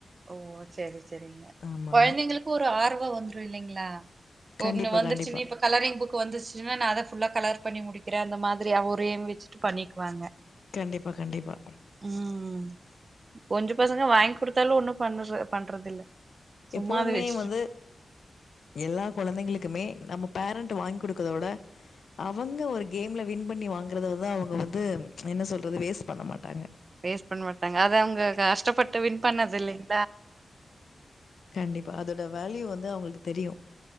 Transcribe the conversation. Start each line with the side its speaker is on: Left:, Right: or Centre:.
Right: ஓ ச்செரி ச்செரிங்க
Left: ஆமாமா.
Right: கொழந்திங்கிளுக்கு ஒரு ஆர்வம் வந்துரு இல்லிங்களா ஒரனு
Left: கண்டிப்பா,
Right: வந்துருச்சுன்னு
Left: கண்டிப்பா.
Right: இப்ப கலரிங் புக்கு வந்துருச்சு நா அத ஃபுல்லா கலர் பண்ணி முடிக்ற அந்த மாதிரி ஒரு ஏம் வெச்சுட்டு பண்ணிக் ப்பாங்க
Left: கண்டிப்பா, கண்டிப்பா.
Right: ம் கொஞ்ச பசங்க வாங்கி குடுத்தாலு ஒண்ணு பண்ணுற பண்றதில்ல. சும்மா
Left: எப்போதுமே
Right: அத வச்சுட்டு
Left: வந்து எல்லா கொழந்தைங்களுக் குமே நம்ம பேரன்ட் வாங்கிகுடுக்கறத வுட அவங்க ஒரு கேம்ல வின் பண்ணி வாங்குறதுல தா அவங்க வந்து என்ன சொல்றது வேஸ்ட் பண்ண மாட்டாங்க
Right: வேஸ்ட் பண்ண மாட்டாங்க, அத அவுங்க கஷ்டபட்டு வின் பண்ணதில்லைங்
Left: கண்டிப்பா, அதோட வேல்யூ வந்து அவுங்களுக் தெரியு